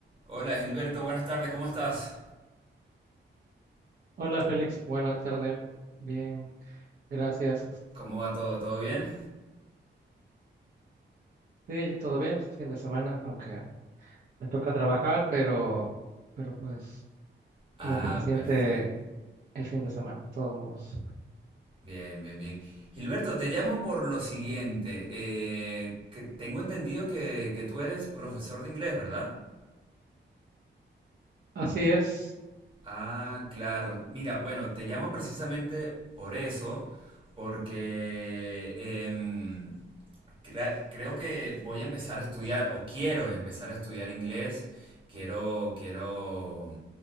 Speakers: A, on the right; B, on the right.
A: Hola Gilberto, buenas tardes, ¿cómo estás?
B: Hola Félix, buena tarde. Bien, gracias. Este,
A: ¿Cómo va todo? ¿Todo bien?
B: Sí, todo bien, pues es fin de semana, aunque me toca trabajar, pero, pero pues como
A: Ah,
B: que se siente
A: perfecto.
B: el fin de semana, de todos modos.
A: Bien, bien, bien. Gilberto, te llamo por lo siguiente. eh, que tengo entendido que, que tú eres profesor de inglés, ¿verdad?
B: Así es.
A: Ah, claro. Mira, bueno, te llamo precisamente por eso, porque em, crea- creo que voy a empezar a estudiar, o quiero empezar a estudiar inglés, quiero, quiero